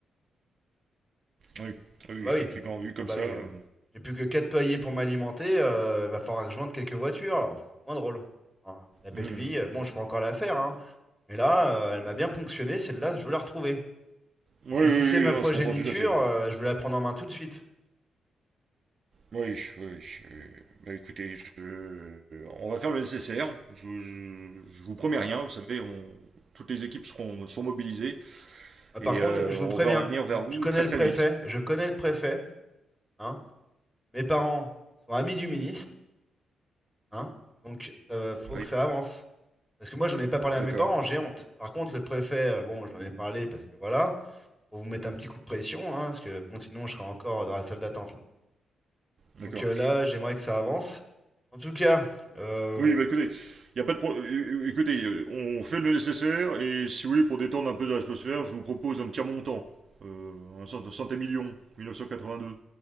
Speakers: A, on the right (about 50°); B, in the centre.
A: Oui, Ah oui,
B: Ah bah
A: effectivement,
B: oui.
A: vu comme
B: Ah bah
A: ça.
B: oui.
A: euh,
B: euh. J'ai plus que 4 loyers pour m'alimenter, euh, va falloir que je vende quelques voitures, là. C'est moins drôle. Hein, La belle
A: hmm.
B: vie, euh, bon, je peux encore la faire, hein. Mais là, euh, elle m'a bien ponctionné, celle-là, je veux la retrouver.
A: Oui,
B: Et puis
A: oui,
B: si c'est ma
A: oui, non,
B: progéniture,
A: je comprends tout à fait.
B: euh, je veux la prendre en main tout de suite.
A: Oui, oui. oui, euh, bah écoutez, je- on va faire le nécessaire. Je, je, je vous promets rien, vous savez, on, toutes les équipes seront, sont mobilisées.
B: Euh, Par
A: Et
B: contre,
A: euh,
B: je
A: on
B: vous préviens,
A: va revenir vers vous
B: je connais
A: très
B: le
A: très
B: préfet,
A: vite.
B: je connais le préfet, hein. Mes parents sont amis du ministre, hein. Donc ça va- faut
A: Oui,
B: que ça avance. Parce que moi, j'en ai pas parlé à
A: d'accord.
B: mes parents, j'ai honte. Par contre, le préfet, euh, bon, j'en ai parlé parce que voilà, pour vous mettre un petit coup de pression, hein, parce que bon, sinon, je serais encore dans la salle d'attente là.
A: D'accord.
B: Donc euh, là, j'aimerais que ça avance. En tout cas, euh,
A: Oui, bah écoutez, y a pas de pro- euh, écoutez, euh, on fait le nécessaire et si vous voulez pour détendre un peu de l'atmosphère, je vous propose un petit montant, euh, un cent- un cent et million, 1982.